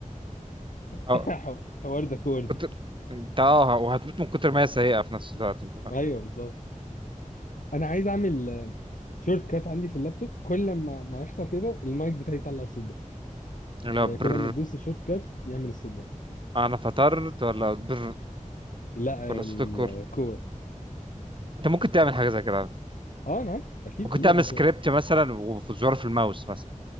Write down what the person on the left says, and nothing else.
<laughs> حوار ده كور دي
ايوه بالظبط انا عايز اعمل شورت كات عندي في اللابتوب كل ما ما يحصل كده المايك بتاعي يطلع الصوت ده
يعني
كل ما تدوس الشورت كات يعمل الصوت ده
لا
الكور
اه انا عارف اكيد
في يا
ابني شورت